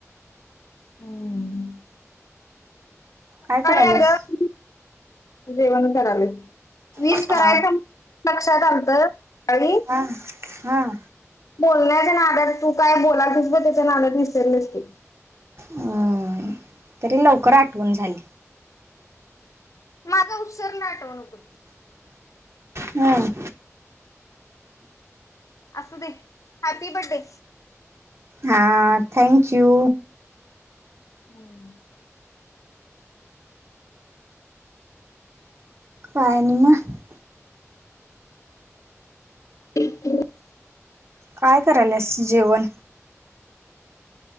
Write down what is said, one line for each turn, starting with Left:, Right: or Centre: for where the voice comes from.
Left: हम्म.
Right: काय करायल्यास?
Left: अगं जेवण करालोय वीव
Right: हा
Left: करायचं लक्षात आलंत सकाळी आणि
Right: हां हां.
Left: बोलण्याच्या नादात तू काय बोलालतीस बग त्याच्या नादात विसरलेच मी.
Right: अं तरी लवकर आठवून झाली.
Left: माझा उत्सर्ण <unintelligible> आठवण होतो.
Right: हम.
Left: असू दे हॅपी बर्डे.
Right: हा थँक यू.
Left: हम्म <unintelligible>
Right: पाहिन म <unintelligible>
Left: <unintelligible>
Right: काय करायल्यास जेवण?